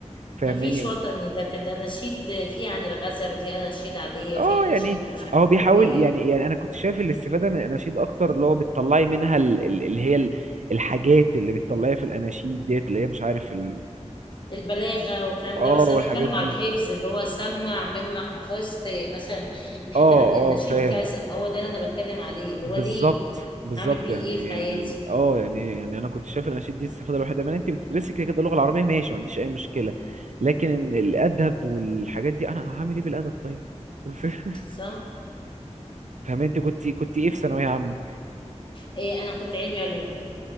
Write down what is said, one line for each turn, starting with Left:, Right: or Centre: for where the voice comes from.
Right: فاهماني
Left: مفيش وطني ده كانت اناشيد في عن الغزل وفي اناشيد عاديه
Right: اه
Left: وفي اناشيد
Right: يعني
Left: مش عارفه
Right: هو بيحاول
Left: قوميه
Right: يعني
Left: و...
Right: يعني انا كنت شايف الاستفاده من الاناشيد اكتر اللي هو بتطلعي منها ال- ال- اللي هي ال- الحاجات اللي بتطلعيها في الاناشيد ديت اللي هي مش عارف ال...
Left: البلاغه والكلام
Right: اه
Left: ده بس انا
Right: والحاجات
Left: بتكلم على
Right: دي
Left: الحفظ اللي هو سمع مما حفظت مثلا الحته
Right: اه
Left: النشيد
Right: اه فاهم
Left: كذا هو ده اللي انا بتكلم عليه اللي
Right: بالظبط
Left: هو ليه
Right: بالظبط
Left: هعمل بيه
Right: يعني
Left: ايه في حياتي
Right: يعني ال- اه يعني يعني انا كنت شايف الاناشيد دي الاستفاده الوحيده منها انت بتدرسي كده كده اللغه العربيه ماشي ما عنديش اي مشكله لكن ال- الادب والحاجات دي انا هعمل ايه بالادب طيب <laughs>
Left: صح
Right: فاهم انت كنت كنت ايه في ثانويه عامه
Left: إيه انا كنت علمي علوم